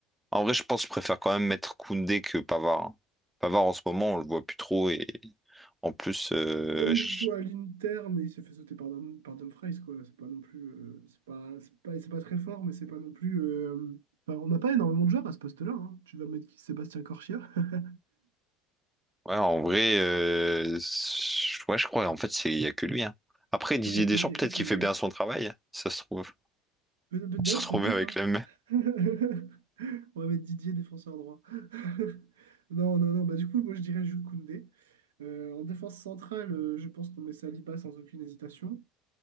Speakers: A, in the centre; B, on the right (about 80°).
A: En vrai, je pense que je préfère quand même mettre Koundé que Pavard. hein. Pavard en ce moment, on le voit plus trop et en plus, euh,
B: Bon, il
A: je-
B: joue à l'Inter, mais il s'est fait sauter par, Dum- par Dumfries, quoi. C'est pas non plus, euh, c'est pas, c'est pas, c'est pas très fort, mais c'est pas non plus. euh, enfin, on n'a pas énormément de joueurs à ce poste-là. hein. Tu vas mettre qui? Sébastien Corchia? <laughs>
A: ouais, en vrai, euh, je- ouais, je crois. En fait, c'est il y a que lui. hein. Après, Didier
B: Il n'y a
A: Deschamps,
B: que, il y
A: peut-être
B: a que Koundé.
A: qu'il fait bien son travail. Ça se trouve,
B: Pe-
A: <laughs>
B: Peut-être,
A: on se retrouve
B: peut-être.
A: avec
B: hein.
A: les mêmes.
B: <laughs> On va mettre Didier défenseur droit. <laughs> Non, non, non. Bah, du coup, moi, je dirais Jules Koundé. Euh, en défense centrale, euh, je pense qu'on met Saliba sans aucune hésitation.